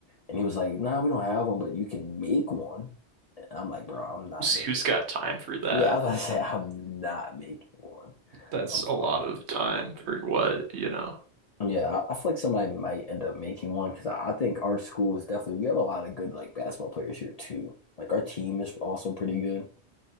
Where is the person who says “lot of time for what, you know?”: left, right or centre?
Right